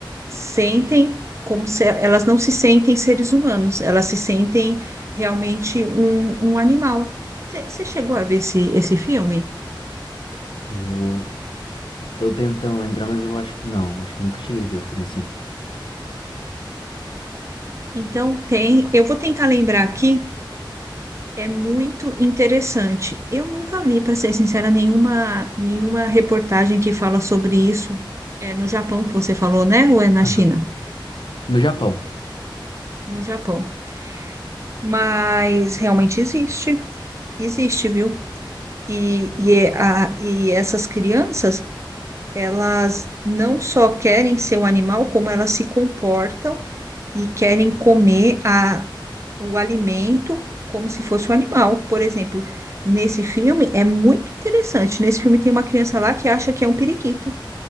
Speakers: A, on the right; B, on the left.
A: sentem como se elas não se sentem seres humanos, elas se sentem realmente um, um animal. Você chegou a ver esse, esse filme?
B: Eu tô tentando lembrar, mas eu acho que não. Acho que eu nunca cheguei a ver um filme assim.
A: Então tem, eu vou tentar lembrar aqui, é muito interessante. Eu nunca vi, para ser sincera, nenhuma, nenhuma reportagem que fala sobre isso. É no Japão que você falou, né? Ou é na
B: Aham.
A: China?
B: No Japão. Yep.
A: no Japão. Mas realmente existe, existe, viu? E, e, é a, e essas crianças, elas não só querem ser um animal, como elas se comportam e querem comer a, o alimento como se fosse um animal. Por exemplo, nesse filme é muito interessante. Nesse filme tem uma criança lá que acha que é um periquito